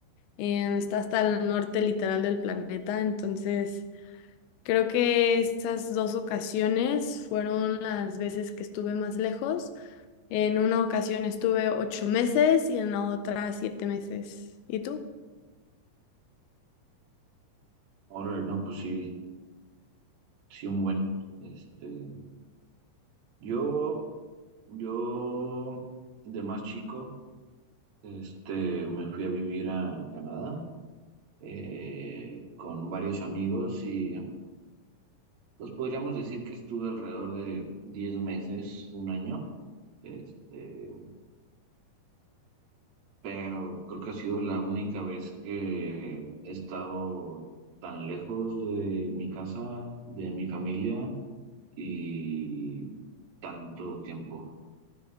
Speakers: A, on the left (about 85°); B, on the right (about 50°).
A: em, está hasta el norte literal del planeta, entonces creo que esas dos ocasiones fueron las veces que estuve más lejos. En una ocasión estuve ocho meses y en la otra siete meses. ¿Y tú?
B: Ahora, no, pues sí, sí, un buen. Este, yo, yo de más chico, este, me fui a vivir a Canadá eh, con varios amigos y pues podríamos decir que estuve alrededor de 10 meses, un año, este, pero creo que ha sido la única vez que he estado tan lejos de mi casa, de mi familia y tanto tiempo.